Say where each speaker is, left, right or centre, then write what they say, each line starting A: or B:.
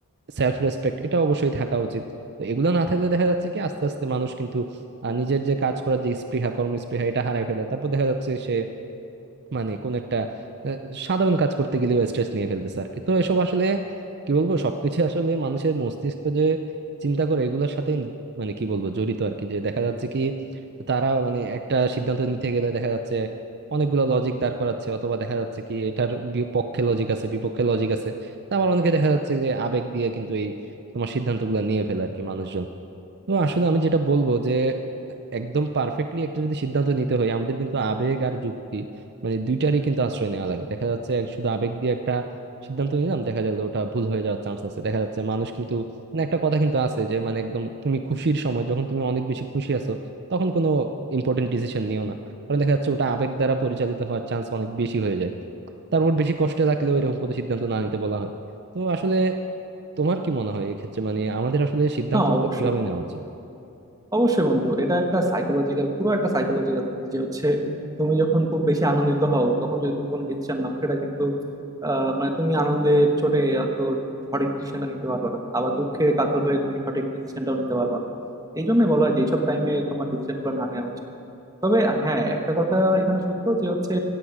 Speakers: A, on the right; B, on the right.
A: সেলফ রেসপেক্ট এটা অবশ্যই থাকা উচিত তো এগুলো না থাকলে দেখা যাচ্ছে কি আস্তে আস্তে মানুষ কিন্তু আহ, নিজের যে কাজ করার যে স্পৃহা কর্মস্পৃহা এটা হারায় ফেলে তারপর দেখা যাচ্ছে সে মানে কোন একটা আহ, সাধারণ কাজ করতে গেলেও স্ট্রেস নিয়ে ফেলতেছে আর কি তো এসব আসলে কি বলবো সবকিছু আসলে মানুষের মস্তিষ্ক যে চিন্তা করে এগুলোর সাথে মানে কি বলবো জড়িত আর কি যে দেখা যাচ্ছে কি তারা মানে একটা সিদ্ধান্ত নিতে গেলে দেখা যাচ্ছে অনেকগুলো লজিক দাঁড় করাচ্ছে অথবা দেখা যাচ্ছে কি এটার বিপক্ষে লজিক আছে বিপক্ষে লজিক আছে তা আবার অনেকে দেখা যাচ্ছে যে আবেগ দিয়ে কিন্তু এই তোমার সিদ্ধান্তগুলো নিয়ে ফেলে আর কি মানুষজন তো আসলে আমি যেটা বলবো যে একদম পারফেক্টলি একটা যদি সিদ্ধান্ত নিতে হয় আমাদের কিন্তু আবেগ আর যুক্তি মানে দুইটারই কিন্তু আশ্রয় নেওয়া লাগে দেখা যাচ্ছে এক- শুধু আবেগ দিয়ে একটা সিদ্ধান্ত নিলাম দেখা গেল ওটা ভুল হয়ে যাওয়ার চান্স আছে দেখা যাচ্ছে মানুষ কিন্তু মানে একটা কথা কিন্তু আছে যে মানে একদম তুমি খুশির সময় যখন তুমি অনেক বেশি খুশি আছো তখন কোনো ইম্পর্টেন্ট ডিসিশন নিও না কারণ দেখা যাচ্ছে ওটা আবেগ দ্বারা পরিচালিত হওয়ার চান্স অনেক বেশি হয়ে যায় তারপর বেশি কষ্টে থাকলেও এরকম কোনো সিদ্ধান্ত না নিতে বলা হয় তো আসলে তোমার কি মনে হয় এক্ষেত্রে মানে আমাদের আসলে সিদ্ধান্তগুলো
B: না অবশ্যই
A: কিভাবে নেওয়া উচিত
B: অবশ্যই বন্ধু এটা একটা সাইকোলজিক্যাল পুরো একটা সাইকোলজিক্যাল দিক যে হচ্ছে তুমি যখন খুব বেশি আনন্দিত হও তখন যদি তুমি কোনো ডিসিশন নাও সেটা কিন্তু আহ, মানে তুমি আনন্দে চোটে অত সঠিক ডিসিশনটা নিতে পারবে না আবার দুঃখে কাতর হয়ে তুমি সঠিক ডিসিশনটাও নিতে পারবে না এই জন্য বলা হয় যে এইসব টাইমে তোমার ডিসিশন গুলো না নেওয়া উচিত তবে হ্যাঁ একটা কথা এখানে সত্য যে হচ্ছে